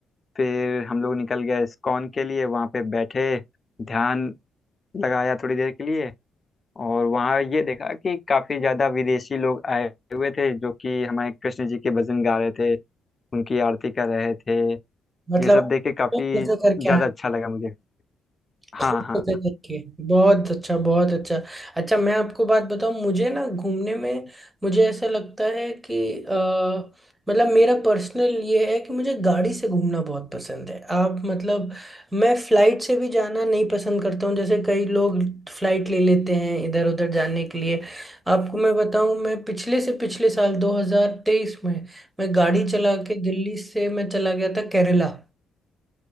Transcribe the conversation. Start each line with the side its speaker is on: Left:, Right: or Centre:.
Left: फिर हम लोग निकल गए इस्कॉन के लिए वहाँ पे बैठे ध्यान लगाया थोड़ी देर के लिए और वहाँ ये देखा कि काफ़ी ज़्यादा विदेशी लोग आए हुए थे जो कि हमारे कृष्ण जी के भजन गा रहे थे उनकी आरती कर रहे थे ये
Right: मतलब
Left: सब
Right: आप
Left: देख के काफ़ी
Right: बहुत मजा करके
Left: ज़्यादा
Right: आए
Left: अच्छा लगा मुझे हाँ
Right: खूब
Left: हाँ
Right: मजे करके बहुत अच्छा बहुत अच्छा अच्छा मैं आपको बात बताऊं मुझे ना घूमने में मुझे ऐसा लगता है कि अ, मतलब मेरा पर्सनल ये है कि मुझे गाड़ी से घूमना बहुत पसंद है आप मतलब मैं फ्लाइट से भी जाना नहीं पसंद करता हूँ जैसे कई लोग फ्लाइट ले लेते हैं इधर उधर जाने के लिए आपको मैं बताऊं मैं पिछले से पिछले साल 2023 में मैं गाड़ी चला के दिल्ली से मैं चला गया था केरला